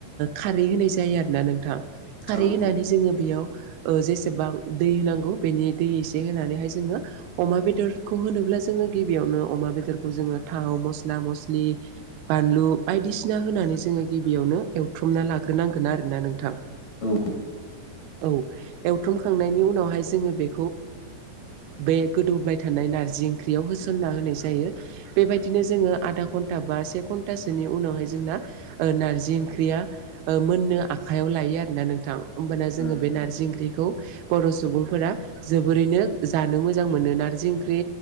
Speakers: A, on the right (about 80°); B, on the left (about 55°).
A: खारै होनाय जायो आरोना नोंथां। खारै
B: औ
A: होनानै
B: औ
A: जोङो बेयाव जेसेबां दै होनांगौ बेनि दै एसे होनानैहाय जोङो अमा बेदरखौ होनोब्ला जोङो गिबियावनो अमा बेदरखौ जोङो थाव मस्ला मस्लि बानलु बायदिसिना होनानै जोङो गिबियावनो एवथ्रमना लाग्रोनांगोन आरोना नोंथां।
B: औ।
A: औ। एवथ्रमखांनायनि उनावहाय जोङो बे बे गोदौबाय थानाय नारजि ओंख्रियाव होसनना होनाय जायो। बेबायदिनो जोङो आधा घन्टा बा से घन्टासोनि उनावहाय जोंना नारजि ओंख्रिया मोननो आखाइयाव लायो आरोना नोंथां। होमबाना
B: उम
A: जोङो बे
B: उम
A: नारजि ओंख्रिखौ बर' सुबुंफोरा जोबोरैनो जानो मोजां मोनो। नारजि ओंख्रि